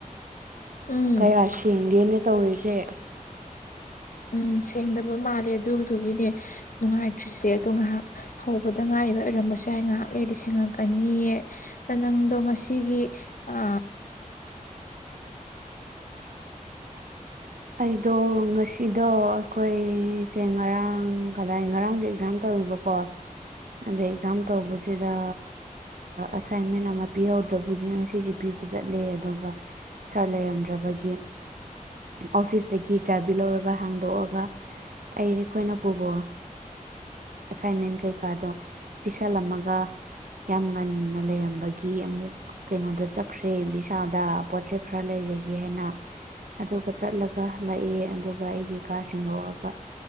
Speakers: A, on the left (about 75°); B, on the right (about 75°).
A: ꯎꯝ
B: ꯀꯌꯥ ꯁꯦꯡꯒꯦꯅ ꯇꯧꯔꯤꯁꯦ
A: ꯎꯝ ꯁꯦꯡꯗꯕ ꯃꯥꯜꯂꯦ ꯑꯗꯨꯗꯨꯒꯤꯅꯦ ꯅꯨꯡꯉꯥꯏꯇ꯭ꯔꯤꯁꯦ ꯑꯗꯣ ꯉꯥꯏꯍꯥꯛ ꯍꯧꯕꯗ ꯉꯥꯏꯔꯤꯕ ꯑꯣꯏꯔꯝꯕꯁꯨ ꯍꯥꯏ ꯉꯥꯏꯍꯥꯛ ꯂꯩꯔꯗꯤ ꯁꯦꯡꯉꯛꯀꯅꯤ ꯅꯪꯗꯣ ꯉꯁꯤꯒꯤ ꯑ
B: ꯑꯩꯗꯣ ꯉꯁꯤꯗꯣ ꯑꯩꯈꯣꯏꯁꯦ ꯉꯔꯥꯡ ꯀꯗꯥꯏ ꯉꯔꯥꯡꯁꯦ ꯑꯦꯛꯖꯥꯝ ꯇꯧꯕꯀꯣ ꯀꯣ ꯑꯗꯩ ꯑꯦꯛꯖꯥꯝ ꯇꯧꯕꯁꯤꯗ ꯑꯁꯥꯏꯟꯃꯦꯟ ꯑꯃ ꯄꯤꯍꯧꯗ꯭ꯔꯕꯒꯤ ꯉ ꯁꯤꯁ ꯄꯤꯕ ꯆꯠꯂꯦ ꯑꯗꯨꯒ ꯁꯥꯔ ꯂꯩꯔꯝꯗ꯭ꯔꯕꯒꯤ ꯑꯣꯐꯤꯁꯇꯒꯤ ꯆꯥꯕꯤ ꯂꯧꯔꯒ ꯍꯥꯡꯗꯣꯛꯑꯒ ꯑꯩ ꯑꯩꯈꯣꯏꯅ ꯄꯨꯕꯣ ꯑꯦꯁꯥꯏꯟꯃꯦꯟ ꯀꯩꯀꯥꯗꯣ ꯄꯤꯁꯜꯂꯝꯃꯒ ꯌꯥꯝ ꯉꯟꯅ ꯂꯩꯔꯝꯕꯒꯤ ꯑꯃꯨꯛ ꯀꯩꯅꯣꯗ ꯆꯠꯈ꯭ꯔꯦꯕꯤꯁꯥꯗ ꯄꯣꯠ ꯈꯔ ꯂꯩꯔꯨꯒꯦ ꯍꯥꯏꯅ ꯑꯗꯨꯒ ꯆꯠꯂꯒ ꯂꯥꯛꯑꯦ ꯑꯗꯨꯒ ꯑꯩꯒꯤ ꯀꯥ ꯁꯗꯣꯛꯑꯒ